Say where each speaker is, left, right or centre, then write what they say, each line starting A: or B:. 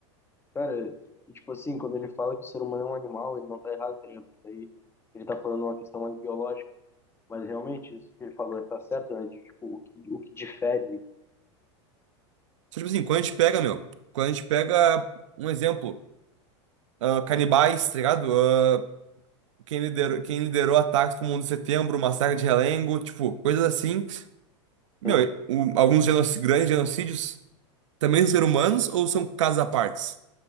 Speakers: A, on the left; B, on the right.
A: Cara, e tipo assim, quando ele fala que o ser humano é um animal, ele não tá errado, tá ligado? Porque daí ele tá falando uma questão mais biológica. Mas realmente, isso que ele falou tá certo, né? De, tipo, o que, o que difere.
B: Só, tipo assim, quando a gente pega, meu, quando a gente pega um exemplo, ah, canibais, tá ligado? Ah, quem liderou, quem liderou ataques como o 11 de setembro, o massacre de Realengo, tipo, coisas assim Meu,
A: né?
B: o- alguns genoc- grandes genocídios também são seres humanos ou são casos à partes?